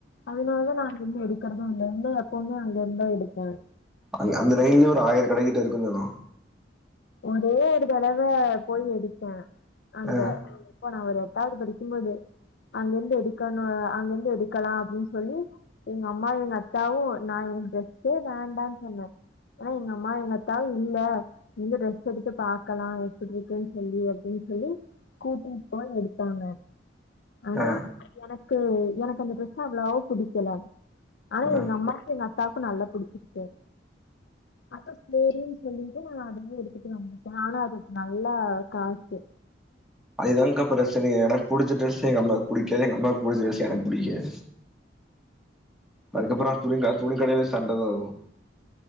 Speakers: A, on the left (about 65°); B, in the centre.
A: அதனாலதான் நாங்க இன்னு எடு க்கறதும் இல்ல இந்த எப்பவுமே அங்க இருந்தா எடுப்பேன்
B: அங்க அந்தலைன்லயே ஒரு ஆயிர கடைக்கிட்ட இருக்கும் சொன்ன
A: ஒரே ஒரு தடவ போய் எடுத்தேன் அங்க
B: ஆ
A: எப்ப நா ஒரு எட்டாவ்து படிக்கும்போது அங்கருந்து எடுக்கணும் அங்கருந்து எடுக்கலாம் அப்படின் சொல்லி எங்க அம்மாவும் எங்க அத்தாவும் நா எனக்கு டிரஸ்சே வேண்டாம்னு சொன்னேன் ஆ எங்க அம்மா எங்கத்தா இல்ல இங்க டிரெஸ் எடுத்து பா்கக்கலாம் எப்படி இருக்குன்னு சொல்லி அப்படின்னு சொல்லி கூட்டிப்பொய் எடுத்தாங்க ஆனா
B: ஆ
A: எனக்கு எனக்கு அந்த டிரெஸ் அவ்வளவோ புடிக்கல ஆனா
B: ஆ
A: எங்க அம்மாக்கு எங்க அ த்தாக்கும் நல்லா பிடிச்சிருச்சே அப்ப செரின்னு சொல்லிட்டு நா போய் எடுத்துட்டு வந்துட்டேன் ஆனா அதுக்கு நல்லா காசு
B: அதுதானங்கா பிரச்சன எனக்கு புடிச்ச ட்ரெஸ் எங்க அம்மாக்கு படிக்காது எங்க அம்மாவ்க்கு பிடிச்ச ட்ரெஸ் எனக்கு புடிக்காது அதுக்கப்புறம் துணிங்க துணி கடைல சண்ட வரும்